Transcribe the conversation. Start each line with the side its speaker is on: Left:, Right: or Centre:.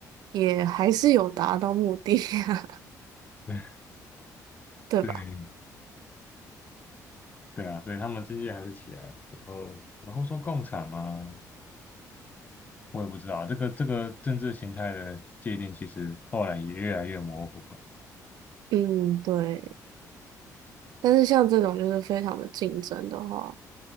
Right: 也还是有达到目的啊，
Left: <laughs>
Right: <laughs> 对吧？
Left: 对对啊，所以他们经济还是起来了。然后然后说共产嘛，我也不知道这个这个政治形态的界定，其实后来也越来越模糊了，
Right: 嗯，对。但是像这种就是非常的竞争的话，